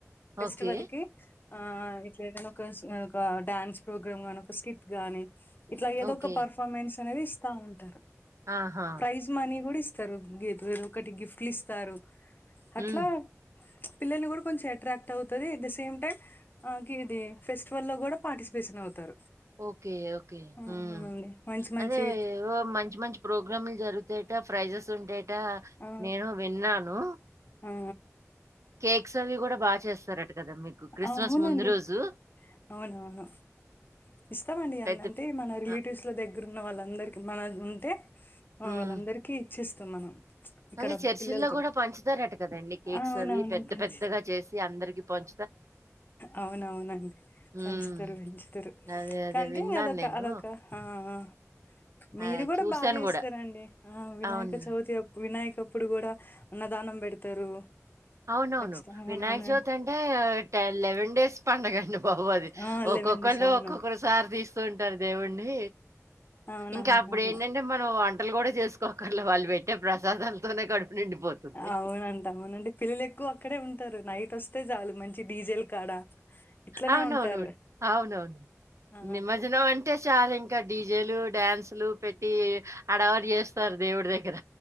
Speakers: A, on the left; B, on the right.
A: ఫెస్టివల్
B: ఓకే.
A: కి ఆ ఇట్ల ఎదైన ఒకస్ ఒక డ్యాన్స్ ప్రోగ్రామ్ గానీ ఒక స్కిట్ గాని ఇట్లా ఏదో
B: ఓకే.
A: ఒక పర్ఫార్మెన్స్ అనేది ఇస్తా ఉంటారు,
B: ఆహా!
A: ప్రైజ్ మనీ కూడా ఇస్ ఇస్తారు గిపురు ఒకటి గిఫ్ట్లు ఇస్తారు
B: హ్మ్.
A: అట్లా పిల్లల్ని కూడా కొంచెం అట్రాక్ట్ అవుతది అట్ ద సేమ్ టైమ్ కి ఇది ఫెస్ లో కూడా పార్టిసిపేషన్ అవుతారు.
B: ఓకే ఓకే
A: అవునండి
B: ఉమ్
A: మంచి మంచి
B: అదే ఓం మంచి మంచి ప్రోగ్రామ్లు జరుగుతాయట ప్రైజెస్ ఉంటాయ్ టా
A: ఆ
B: నేను విన్నాను
A: ఆ
B: కేక్స్ అవి కూడా బాగా చేస్తారట కదా మీకు క్రిస్మస్
A: అవునండి
B: ముందు రోజు
A: అవునవును. ఇస్తామండి,
B: పెద్ద
A: ఎందంటే మన రిలేటివ్స్
B: ఆ!
A: లో దగ్గర ఉన్న వాళ్ళందరికి మన ఉంటే ఆ
B: హ్మ్.
A: వాళ్ళందరికీ ఇచ్చేస్తాం మనం ఇక్కడ
B: అదే చర్చిల్లో
A: పిల్లలతో
B: కూడా పంచుతారట కదండి కేక్స్
A: ఆ, అవునవును
B: అవి పెద్ద
A: పంచి
B: పెద్దగా చేసి అందరికి పం
A: అవునవునండి
B: హ్మ్.
A: పంచుతరు పంచుతరు
B: అదే అదే
A: కంటే
B: విన్నాను
A: అదొక
B: నేను.
A: అదొక ఆ ఆ
B: ఆ!
A: మీరు కూడా
B: చూసాను
A: బాగా చేస్తారండి.
B: గూడా.
A: ఆ వినాయక
B: అవును.
A: చవితి అప్పు వినాయకప్పుడు కూడా అన్నదానం పెడతారు.
B: అవునవును
A: ఖచ్చితంగా అవునవునా
B: వినాయక చవితి అంటే టె లెవెన్ డేస్ పండగండి బాబు అది
A: ఆ
B: ఒక్కొక్క
A: లెవెన్ డేస్ అవును
B: ఒక్కొక్కరు సారి తీస్తుంటారు, దేవుడ్ని
A: అవునవునవును
B: ఇంకా అప్పుడు ఏంటంటే మనం వంట టలు కూడా చేసుకోకర్ల వాళ్ళు పెట్టే ప్రసాదాలతోనే కడుపు నిండిపోతుంది.
A: అవునంట అవునండి పిల్లలు ఎక్కువ అక్కడే ఉంటారు నైట్ వస్తే చాలు మంచి డీజెలు కాడ ఇట్లనే
B: అవునవును
A: ఉంటారు
B: అవునవును
A: ఆ
B: నిమర్జనం అంటే చాలా ఇంకా డీజేలు డ్యాన్సు లు పెట్టి హడావిడి చేస్తారు దేవుడి దగ్గర